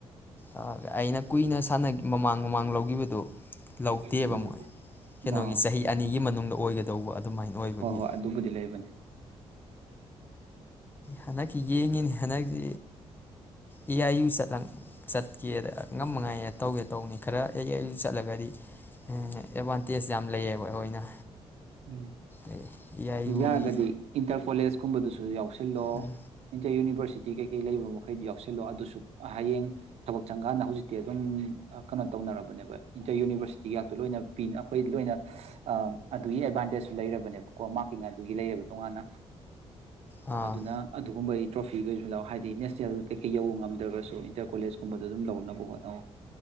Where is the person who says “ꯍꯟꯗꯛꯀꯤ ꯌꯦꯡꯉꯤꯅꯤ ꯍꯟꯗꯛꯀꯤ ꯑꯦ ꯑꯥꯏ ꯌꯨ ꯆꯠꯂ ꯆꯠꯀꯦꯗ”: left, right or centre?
Left